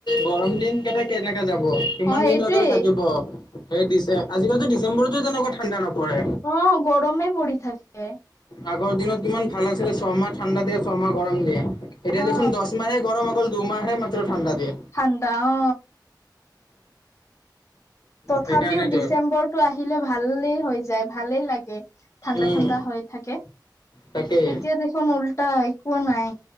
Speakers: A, on the left; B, on the left.
A: গৰম দিন কেইটা কেনেকে যাব কিমান
B: অ
A: দিন
B: এইটোৱেই
A: লগাৰ থাকিব এই ডিচে আজিকালিটো ডিচেম্বৰতো তেনেকুৱা ঠাণ্ডা নপৰে
B: অ গৰমে পৰি থাকে
A: আগৰ দিনত কিমান ভাল আছিলে ছমাহ ঠাণ্ডা দিয়ে ছমাহ গৰম দিয়ে এতিয়া
B: অ
A: দেখোন দহমাহে গৰম অকল দুমাহে মাত্ৰ ঠাণ্ডা দিয়ে
B: ঠাণ্ডা অ তথাপিও
A: সেইকাৰণেতো
B: ডিচেম্বৰটো আহিলে ভালেই হৈ যায় ভালেই লাগে ঠাণ্ডা
A: উম
B: ঠাণ্ডা হৈ থাকে
A: তাকেই।
B: এতিয়া দেখোন উল্টা একো নাই